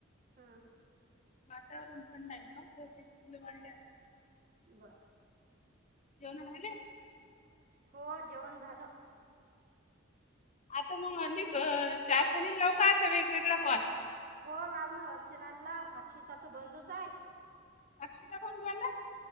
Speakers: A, on the right (about 45°); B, on the left (about 35°).
A: हां
B: वातावरण थंड आहे ना गर्दी चांगली वाढले आता.
A: बर
B: जेवण झाले.
A: हो जेवन झाल.
B: आता मग अधिक चार जणी लाव का आता वेगवेगळा कॉल.
A: हो लाव ना. अर्चनाला लाव. साक्षीचा त बंदच आहे.
B: साक्षीचा काऊन बंद आहे.